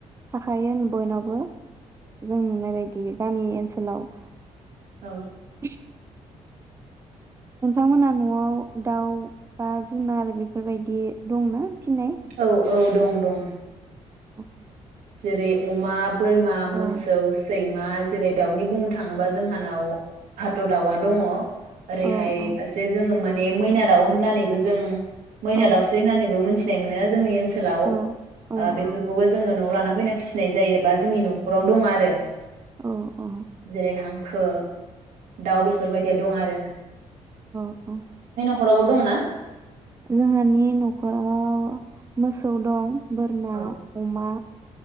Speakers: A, on the right; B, on the right.
A: थाखायो बयनावबो। जों नुनाय बायदियै गामि ओनसोलाव
B: औ।
A: <inaudible> नोंथांमोना न'आव दाउ बा जुनार बेफोरबायदि दंना? फिनाय
B: औ औ दं दं।
A: <inaudible>
B: जेरै अमा बोरमा
A: औ
B: मोसौ सैमा मा जेरै दाउनि बुंनो थाङोबा जोंहानाव भाथ' दाउआ दङ। ओरैहाय
A: औ औ
B: फारसे जोङो मा ने मैना दाउ होननानैबो जों मैना
A: औ
B: दावस्रि होननानैबो मोनथि नाय मोनो जोंनि ओनसो सोलाव
A: औ औ
B: ओ बेफोरखौबो जोङो न'आव ला ना फैना फिसिनाय जायो बा जोंनि नख'राव दङ आरो।
A: औ
B: जेरै हां खो दाउ बेफोरबायदिया दं आरो।
A: अ अ।
B: न'खराव बो दंना।
A: जोंहानि नखराव मोसौ दं। बोरमा
B: औ
A: अमा।